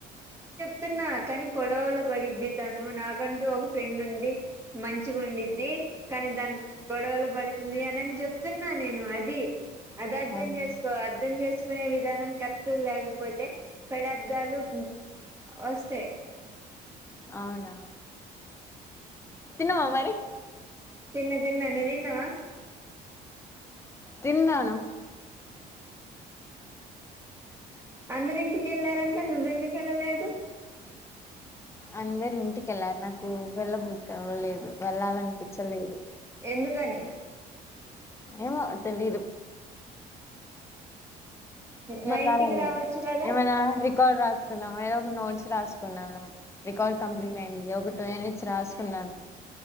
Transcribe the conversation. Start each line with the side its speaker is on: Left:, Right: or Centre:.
Right: ప్తున్నా కానీ గొడవలు పడిద్ది తను నాకంటూ ఒక ఫ్రెండ్ ఉంది మంచిగా ఉండిద్ది. కానీ దానికి గొడవలు పడుతుంది అని అని చెప్తున్నా నేను అది అద అద్దం
Left: అవును
Right: చేసుకో అద్దం చేస్ కునే విధానం కరెక్ట్గా లేగ్ పోతె పేడర్ధలు బు ఒస్తయ్.
Left: అవునా. తిన్నావా మరి
Right: తిన్న తిన్న నువ్ తిన్. తిన్నావా.
Left: తిన్నాను.
Right: అందరి ఇంటికి ఎళ్లారంట నువ్వెందుకు ఎళ్ళలేదు.
Left: అందరు ఇంటికెళ్లారు నాకు వెళ్ళబు. తవ్వలేదు. వెళ్ళాలనిపించలేదు.
Right: ఎందుకని
Left: ఏమో తెలిదు.
Right: మా
Left: వెళ్లాలని
Right: ఇంటికి
Left: లేదు,
Right: రావచ్చు కదా
Left: ఏమైనా రికార్డ్ రాసుకున్నాము ఏదో ఒక నోట్స్ రాసుకున్నాను, రికార్డ్ కంప్లీట్ అయింది, ఒక టే. రాసుకున్నాను,